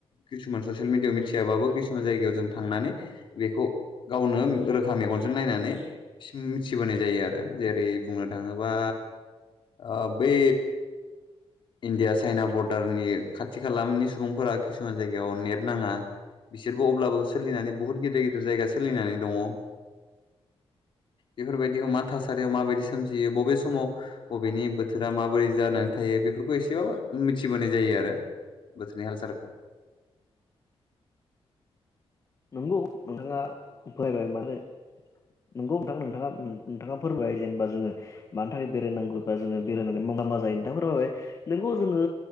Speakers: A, on the left; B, on the left.
A: किसुमान ससियेल मिडियाायाव मिथियाबाबो किसुमान जायगायाव जों थांनानै बेखौ गावनो रोखा मेगनजों नायनानै मिथिबोनाय जायो आरो जेरै बुंनो थाडोबा ओ बै इण्डिया चाइना बरडारनि खाथि खालानि सुबुंफोरा किसुमान जायगायाव नेट नाङा बिसोरबो अब्लाबो सोलिनानै बुहुत गिदिर गिदिर जायगा सोलिनानै दङ। बेफोरबायदिखौ मा थासारियाव माबायदि सोमजियो बबे समाव बबेनि बोथोरा माबोरै जानानै थायो बेफोर खौ एसेबो मिथिबोनाय जायो आरो बोथोरनि हाल सालखौ ।
B: नंगौ नोंथाङा फायबाय माने नंगौ नोंथां नोंथाङा नोंथाङा फोरमायबाय जेनेबा जोङो मानि थाखाय बेरायनांगौबा जोङो बेरायनानै <unintelligible> मा जायो नोंथाङा फोरमायबाय नोंगौ जोङो